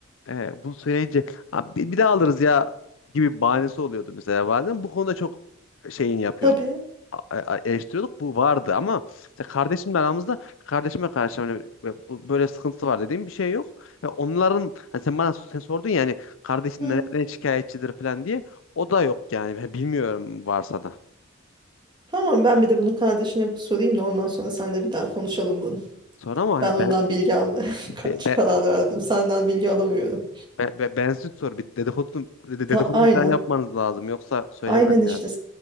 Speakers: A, on the left (about 65°); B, on the right (about 20°).
A: e, bunu söyleyince "Abi bir, bir daha alırız ya gibi bahanesi oluyordu mesela bazen. Bu konuda çok şeyin yapıyorduk.
B: tabii.
A: A- a- eleştiriyorduk. Bu vardı ama işte kardeşimle aramızda kardeşime karşı hani böyle bu- böyle sıkıntısı var dediğim bir şey yok. Ve onların hani sen bana sen sordun ya hani kardeşin
B: Hı.
A: nereden şikayetçidir falan diye. O da yok yani. Ben bilmiyorum varsa da.
B: Tamam ben bir de bunu kardeşine sorayım da ondan sonra seninle bir daha konuşalım bunu.
A: Sonra ama hani
B: Ben ondan
A: ben,
B: bilgi almaya <laughs> kaç
A: be, be,
B: karar verdim. Senden bilgi alamıyorum.
A: be, be- bensiz sor bir dedikodu, ded-
B: Ta
A: dedikodu
B: aynen.
A: mu falan yapmanız lazım yoksa söylemez
B: Aynen işte.
A: yani.